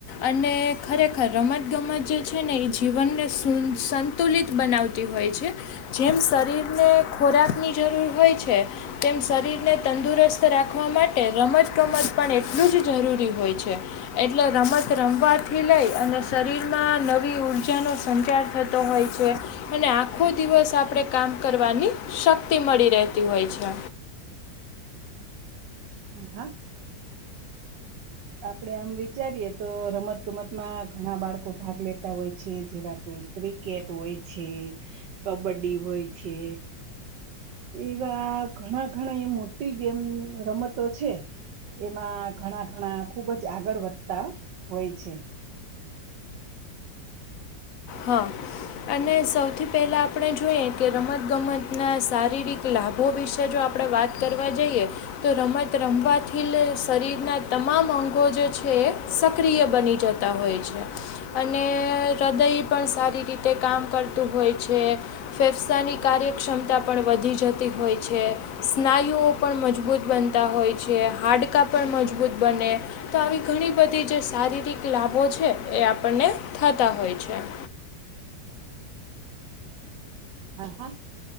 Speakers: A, on the left (about 60°); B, on the right (about 70°).
A: અને ખરેખર રમત ગમત જે છે ને એ જીવનને સુ સ તુલિત બનાવતી હોય છે, જેમ શરીરને ખોરાકની જરૂર હોય છે. તેમ શરીરને તંદુરસ્ત રાખવા માટે રમત ગમત પણ એટલું જ જરૂરી હોય છે. એટલે રમત રમવાથી લઈ અને શરીરમાં નવી ઊર્જાનો સંચાર થ હોય છે અને આખો દિવસ આપણે કામ કરવાની શક્તિ મળી રહે તી હોય છે.
B: હા હા આપડે આમ વિચારીએ તો રમત ગમતમાં ઘણા બાળકો ભાગ લેતા હોય છે જેવા કે ક્રિકેટ હોય છે, કબડ્ડી હોય છે, એવા ઘણા ઘણા મોટી ગેમ રમતો છે, એમાં ઘણા ઘણા ખુબ જ આગળ વધતા હોય છે.
A: હા અને સૌથી પહેલાં આપણે જોઈએ કે રમતગમતના શારીરિક લાભો વિશે જો આપણે વાત કરવા જઈએ તો રમત રમવાથી શરીરના તમામ અંગો જે છે, સક્રિય બની જતા હોય છે, અને હૃદય પણ સારી રીતે કામ કરતું હોય છે. ફેફસાની કાર્યક્ષમતા પણ વધી જતી હોય છે. સ્નાયુઓ પણ મજબૂત બનતા હોય છે. હાડકાં પણ મજબૂત બને. તો આવી ઘણી બધી જે શારીરિક લાભો છે, એ આપણને થતા હોય છે.
B: હા, હા.